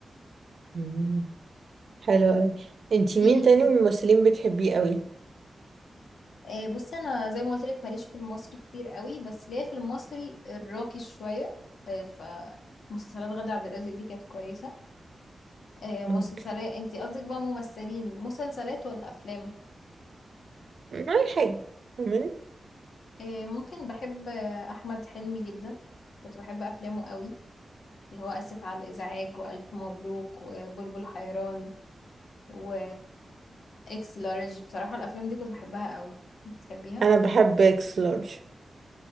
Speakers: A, on the right (about 60°); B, on the left (about 90°).
A: مم. حلو قوي انتي
B: في
A: مين تاني من الممثلين بتحبيه قوي
B: آه، بصي انا زي ما قلت لك ماليش في المصري كتير قوي بس ليا في المصري الراقي شوية آه، ف مسلسلات غادة عبد الرازق دي كانت كويسة آه، مسلسلات
A: اوكي
B: انتي قصدك بقى ممثلين مسلسلات ولا افلام
A: ما أي حاجة فاهماني
B: آه، ممكن بحب آه، احمد حلمي جدا كنت بحب افلامه قوي اللي هو اسف على الازعاج والف مبروك وبلبل حيران و اكس لارج بصراحة الافلام دي كنت بحبها قوي بتحبيها
A: انا بحب اكس لارج